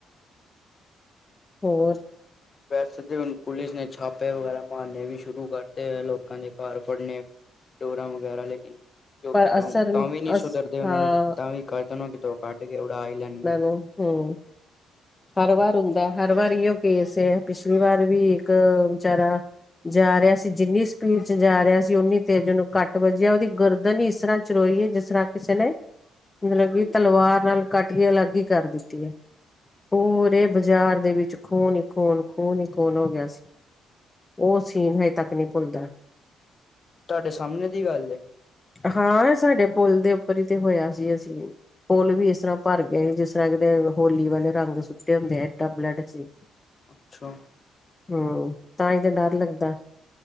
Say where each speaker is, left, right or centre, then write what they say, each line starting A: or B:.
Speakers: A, on the left (about 20°); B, on the left (about 40°).
A: ਹੋਰ।
B: ਵੈਸੇ ਤੇ ਹੁਣ ਪੁਲਿਸ ਨੇ ਛਾਪੇ ਵਗੈਰਾ ਮਾਰਨੇ ਵੀ ਸ਼ੁਰੂ ਕਰਤੇ ਹੋਏ ਲੋਕਾਂ ਦੇ ਘਰ ਫੜਨੇ ਡੋਰਾ ਵਗੈਰਾ ਲੇਕਿ ਲੋਕੀ
A: ਪਰ ਅਸਰ
B: ਤਾਂ ਵੀ ਨੀ ਸੁਧਰਦੇ
A: ਅਸ
B: ਉਹਨਾ
A: ਹਾਂ
B: ਨੇ ਤਾਂ ਵੀ ਕਰ ਉਹ ਕਿ ਉਹ ਕੱਢ ਕੇ ਉੜਾ ਹੀ ਲੈਂਣਦੇ ਨੇ
A: ਹੂੰ ਹੂੰ ਹਰ ਵਾਰ ਹੁੰਦਾ ਹਰ ਵਾਰ ਓ ਕੇਸ ਏ ਪਿਛਲੀ ਵਾਰ ਵੀ ਇੱਕ ਵਿਚਾਰਾ ਜਾ ਰਿਹਾ ਸੀ ਜਿੰਨੀ ਸਪੀਡ ਚ ਜਾ ਰਿਹਾ ਸੀ ਉਨੀ ਤੇਜ ਉਹਨੂੰ ਕੱਟ ਵੱਜਿਆ ਉਹਦੀ ਗਰਦਨ ਹੀ ਇਸ ਤਰ੍ਹਾਂ ਚਰੋਈਏ ਜਿਸ ਤਰ੍ਹਾਂ ਕਿਸੇ ਨੇ ਮਤਲਬ ਕਿ ਤਲਵਾਰ ਨਾਲ ਕੱਟ ਕੇ ਅਲੱਗ ਹੀ ਕਰ ਦਿੱਤੀ ਹੈ। ਪੂਰੇ ਬਾਜ਼ਾਰ ਦੇ ਵਿੱਚ ਖੂਨ ਹੀ ਖੂਨ ਖੂਨ ਹੀ ਖੂਨ ਹੋ ਗਿਆ ਸੀ। ਉਹ ਸੀਨ ਹਜੇ ਤੱਕ ਨਹੀਂ ਭੁੱਲਦਾ।
B: ਤੁਹਾਡੇ ਸਾਹਮਣੇ ਦੀ ਗੱਲ ਏ
A: ਹਾਂ ਸਾਡੇ ਪੁਲ ਦੇ ਉੱਪਰ ਹੀ ਤੇ ਹੋਇਆ ਸੀ ਅਸੀਂ ਪੁਲ ਵੀ ਇਸ ਤਰ੍ਹਾਂ ਭਰ ਗਿਆ ਏ ਜਿਸ ਤਰ੍ਹਾਂ ਕਿਤੇ ਹੋਲੀ ਵਾਲੇ ਰੰਗ ਸੁੱਟੇ ਹੁੰਦੇ ਆ ਐਡਾ ਬਲੱਡ ਸੀ।
B: ਅੱਛਾ।
A: ਹੂੰ ਤਾਂ ਹੀ ਤਾਂ ਡਰ ਲੱਗਦਾ।